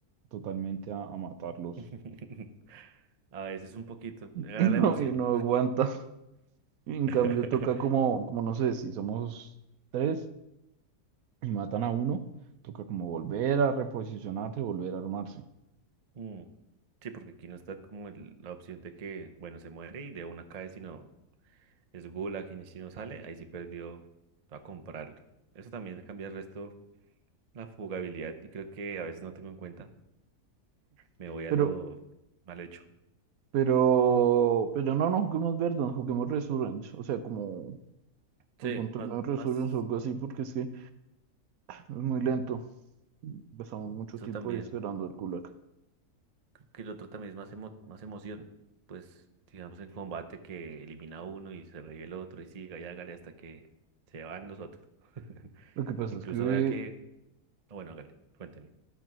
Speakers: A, on the right; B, on the right.
A: totalmente a, a matarlos
B: <laughs> a veces un poquito,
A: <laughs>
B: gana
A: y no,
B: la emoción.
A: y no aguanta. Y En cambio
B: <laughs>
A: toca como, como no sé, si somos tres y matan a uno, toca como volver a reposicionarse, volver a armarse.
B: Mm, Sí, porque aquí no está como el- la opción de que, bueno, se muere y de una cae, sino... es Gulag y si no sale, ahí sí perdió a comprarlo. Eso también cambia el resto, la jugabilidad, y creo que a veces no tengo en cuenta. Me voy a
A: Pero,
B: lo mal hecho.
A: pero, pero no, no juguemos Verdant, juguemos Resurrenge, o sea, como
B: Sí,
A: El buen torneo
B: más,
A: Resurgence
B: más,
A: o algo así, porque es que es muy lento. Pasamos mucho
B: eso
A: tiempo
B: también,
A: ahí esperando el Gulag.
B: que el otro también es más, emo- más emoción. Pues, digamos, en combate que elimina a uno y se revive el otro y siga y hágale hasta que se van los otros. <laughs>
A: Lo que pasa
B: Incluso
A: es que,
B: vea que, bueno, hágale, cuénteme.